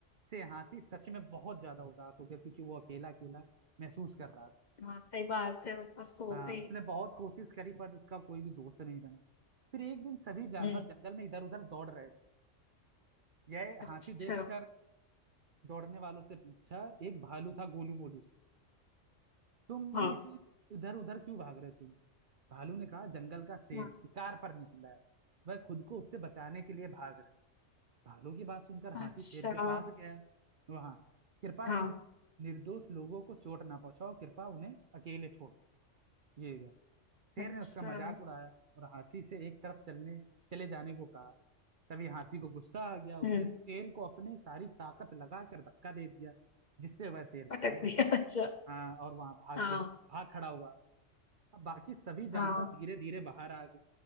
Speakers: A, on the right; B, on the left.
A: से हाथी सच में बहुत ज्यादा उदास हो गया क्योंकि वो अकेला अकेला महसूस कर रहा था
B: हाँ सही बात है उसको हो
A: हाँ
B: गई।
A: उसने बहुत कोशिश करी पर उसका कोई भी दोस्त नहीं बना फिर एक दिन सभी जानवर
B: हम्म,
A: जंगल में इधर उधर दौड़ रहे थे यह
B: अच्छा
A: हाथी देखकर दौड़ने वालों से पूछा एक भालू था गोलू मोलू से तुम
B: हाँ
A: भी इसी इधर उधर क्यों भाग रहे हो तुम भालू ने कहा जंगल का शेर
B: हाँ,
A: शिकार पर निकला है वह खुद को उससे बचाने के लिए भाग रहे भालू की बात सुनकर
B: अच्छा
A: हाथी शेर के पास गया वहां कृपा
B: हाँ
A: इन निर्दोष लोगों को चोट ना पहुंचाओ कृपा उन्हें अकेले छोड़ ये गया शेर
B: अच्छा
A: ने उसका मजाक उड़ाया और हाथी से एक तरफ चलने चले जाने को कहा तभी हाथी को गुस्सा आ गया उसने
B: हम्म
A: शेर को अपनी सारी ताकत लगाकर धक्का दे दिया जिससे वह शेर
B: पटक
A: घायल हो
B: दिया
A: गया
B: अच्छा
A: हाँ और वहां भाग
B: हाँ
A: गया भाग खड़ा हुआ अब बाकी सभी जानवर
B: हाँ
A: धीरे धीरे बाहर आ गए